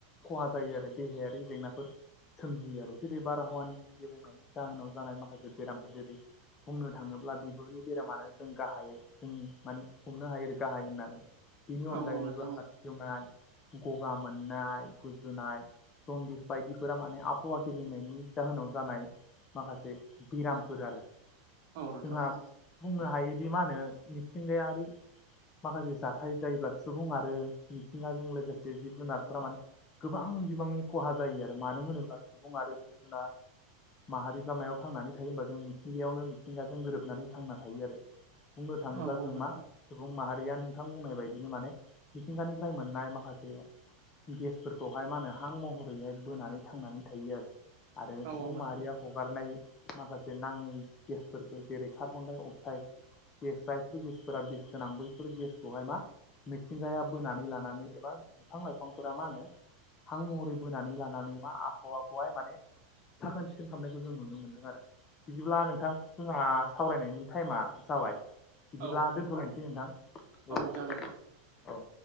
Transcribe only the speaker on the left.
खहा जायो आरो देहायारि जेंनाफोर सोमजियो आरो जेरै बारहावानि गेबेंनायनि जाहोनाव जानाय माखासे बेरामफोर जेरै बुंनो थाङोब्ला अब्ला बिगुरनि बेरामानो जों गाहायै जों माने हमनो हायो गाहाय होननानै। बेनि अनगायैबो
हारसिवनाय गगा मोननाय गुजुनाय जन्दिस बायदिफोरा माने आबहावा गेब्रेंनायनि जाहोनाव जानाय। माखासे बेरामफोर आरो
जोंहा
बुंनो हायो। बिदि मा होनो मिथिंगायारि माखासे जाथाय जायोब्ला सुबुं आरो मिथिंगाजों लोगोसे जिब जुनारफोरा माने गोबां बिबांनि खहा जायो आरो मानो होनोब्ला सुबुं आरो जिब जुनार माहारिफ्रा मायाव थांनानै थायो होमबा जों मिथिंगायावनो मिथिंगाजों गोरोबनानै थांना थायो आरो। बुंनो थाङोब्ला
जों
मा सुबुं माहारि नोंथां बुंनाय बायदिनो माने मिथिंगानिफ्राय मोननाय माखासेे फोरखौहाय मा होनो हां महरैहाय बोनानै थांनानै थायो आरो। आरो
सुबुं
माहारिया हगारनाय माखासे नाङै गेसफोरखौ जेरै कार्बनडाय अक्साइड गेस जायफोर गेसफोरा बिस गोनां बैफोर गेसखौहाय मा मिथिंगाया बोनानै लानानै एबा बिफां लाइफांफोरा मा होनो हां महरै बोनानै लानानै मा आबहावाखौहाय माने साखोन सिखोन खालामनायखौ जों नुनो मोन्दों आरो। बिदिब्ला नोंथां जोंहा सावरायनायनि टाइमा जाबाय। बिदिब्ला
दोनथ'लायनोसै नोंथां
औ
औ।